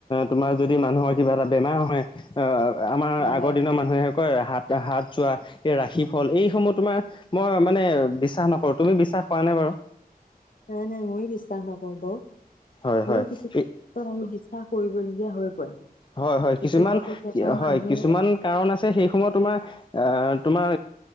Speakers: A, on the left (about 30°); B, on the left (about 55°).
A: তোমাৰ যদি মানুহৰ কিবা এটা বেমাৰ হয় আমাৰ
B: হয়
A: আগৰ
B: হয়
A: দিনৰ মানুহে কয় হাত হাত যোৱা, এই ৰাখি ফল এইসমূহ তোমাৰ মই মানে বিশ্বাস নকৰোঁ। তুমি বিশ্বাস কৰানা বাৰু?
B: নাই নাই ময়ো বিশ্বাস নকৰোঁ বাৰু,
A: হয় হয়
B: হলেও কিছু
A: এই
B: আমি বিশ্বাস কৰিবলগীয়া হৈ পৰে।
A: হয় হয়,
B: কিছু
A: কিছুমান
B: কিছু ক্ষেত্ৰত
A: হয়,
B: মানুহে
A: কিছুমান কাৰণ আছে সেই সময়ত তোমাৰ আ, তোমাৰ